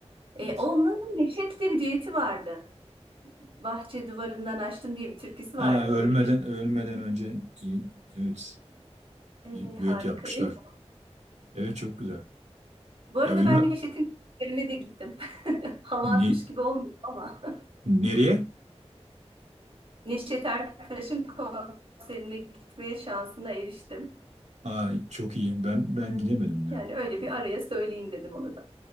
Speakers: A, on the right; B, on the right.
A: E,
B: Evet.
A: onun Neşet'le bir düeti vardı. Bahçe duvarından açtım diye bir türküsü
B: Ha,
A: vardı.
B: ölmeden
A: Onu bilirsin.
B: ölmeden önce iyi, evet
A: E,
B: iyi düet
A: harika
B: yapmışlar.
A: değil mi?
B: Evet çok güzel.
A: Bu arada
B: Ya benim
A: ben Neşet'in konserine de gittim. <laughs> Hava
B: ne,
A: atmış gibi olmuyor ama.
B: nereye?
A: <laughs> Neşet Ertaş'ın konserine gitmeye şansına eriştim.
B: Ay çok iyi. Ben ben
A: Ee,
B: gidemedim ya.
A: Yani öyle
B: Gitmedim.
A: bir araya söyleyeyim dedim onu da.